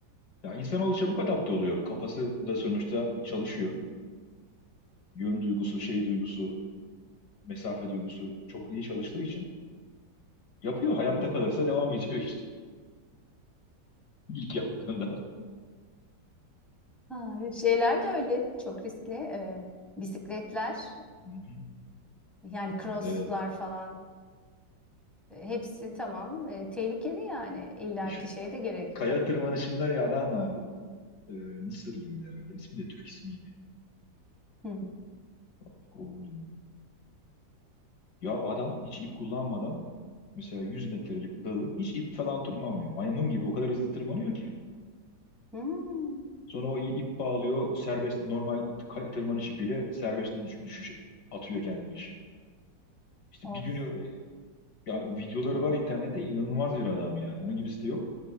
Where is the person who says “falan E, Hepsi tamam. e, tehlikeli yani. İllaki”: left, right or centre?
Centre